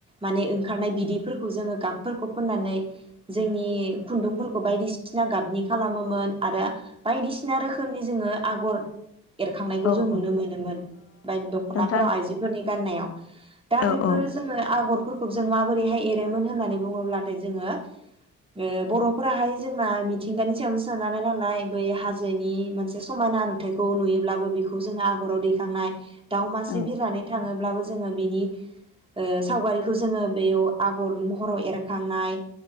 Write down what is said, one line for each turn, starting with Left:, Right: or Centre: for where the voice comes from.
Right: माने ओंखारनाय बिदैफोरखो खौ जोङो गाबफोरखौ फोननानै जोंनि खुन्दुंफोरखौ बायदिसिना गाबनि खालामोमोन आरो बायदिसिना रोखोम खोमनि जोङो आगर एरखांनायखौ
Left: औ
Right: जों नुनो
Left: औ ओ
Right: मोनोमोन बाय दखनाफोराव
Left: नोंथां
Right: आइजोफोरनि गाननायाव दा
Left: औ
Right: बेफोर
Left: औ
Right: जोङो आगर <unintelligible> जों माबोरैहाय एद होननानै बुङोब्लाथाय जोङो ओक्षबर'फोराहाय जोंना मिथिंगानि सायावनो सोनारनाय नालाय बै हाजोनि मोनसे समायना नुथायखौ नुयोब्लाबो बेखौ जोङो आगराव दैखांनाय दाव मासि
Left: औ
Right: बिरनानै थाङोब्लाबो जोङो बिनि ओ सावगारिखौ जोङो बेयाव आगर महराव एरखांनाय